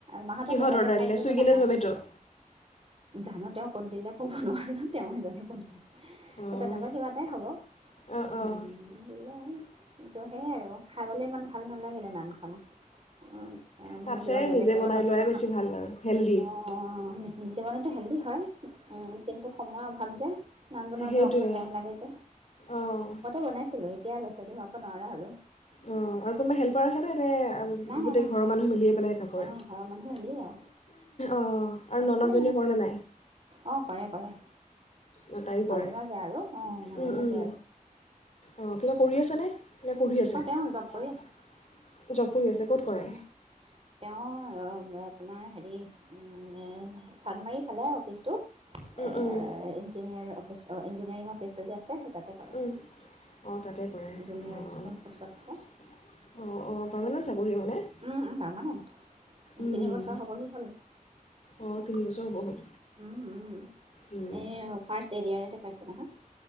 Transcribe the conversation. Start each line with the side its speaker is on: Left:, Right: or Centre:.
Right: মাহঁতে
Left: কিহত
Right: বাহিৰতে
Left: অৰ্ডাৰ
Right: খাই
Left: দিলে
Right: আহিছে
Left: চুইগি
Right: যে নাখায়
Left: নে জমেট' অঁ
Right: জানো তেওঁ ক'ত দিলে। ক'ব নোৱাৰোঁ তেওঁ এজনে কোন দিছে
Left: অঁ
Right: তেনেকুৱা কিবা এটাই হ'ব
Left: অঁ
Right: <unintelligible>
Left: অঁ
Right: তো সেয়াই আৰু খাবলৈ ইমান ভাল নালাগিলে নানখন অ
Left: তাতছে
Right: মানে কিবা বেলেগ
Left: নিজে
Right: এবাৰ
Left: বনাই
Right: নতুন
Left: লোৱাই
Right: এখন
Left: বেছি ভাল আৰু হেল্ডি
Right: অ। নিজমানে টো হেল্ডি হয় কিন্তু সময় অভাৱ যে নান বনাওঁতে
Left: সেইটোৱে
Right: অকণমান টাইম লাগে যে।
Left: অঁ
Right: বনাইছিলো এতিয়া ল'ৰা ছোৱালী হোৱা পৰা নোৱাৰা হ'লো
Left: অঁ আৰু কোনোবা হেল্পাৰ আছেনে নে
Right: নাই
Left: গোটেই
Right: নাই নাই
Left: ঘৰৰ মানুহে মিলিয়ে পেলাই কাপোৰ
Right: অঁ ঘৰৰ মানুহ হেৰি আৰু
Left: অঁ আৰু
Right: হেল্প
Left: ননদজনীয়ে
Right: কৰে
Left: কৰেনে নাই।
Right: অঁ কৰে কৰে।
Left: অঁ তায়ো কৰে
Right: মাজে মাজে আৰু অ মাজে
Left: উম,
Right: মাজে
Left: উম।
Right: আৰু
Left: অঁ কিবা কৰি আছেনে নে পঢ়ি আছে
Right: অঁ তেওঁ জব কৰি
Left: জব কৰি আছে ক'ত কৰে।
Right: উম তেওঁ আপোনাৰ হেৰি উ চানমাৰি ফালে অফিচটো
Left: উম,
Right: ইঞ্জিনিয়াৰ
Left: উম,
Right: অফ ইঞ্জিনিয়াৰিং অফিচটো যে আছে তাতে কৰে।
Left: উম। অঁ তাতে কৰে
Right: জুনিয়ৰ
Left: অঁ
Right: এচিষ্টেণ্ট
Left: অঁ
Right: পোষ্টত আছে
Left: অঁ পাৰমানেণ্ট চাকৰি মানে।
Right: উম পাৰ্মানেণ্ট
Left: উম।
Right: তিনিবছৰ হ'বহি হ'ল উম
Left: অঁ তিনি বছৰ হ'ব হ'ল
Right: উম
Left: উম।
Right: এই ফাৰ্ষ্ট এ ডি আৰ। তে পাইছে নহয়।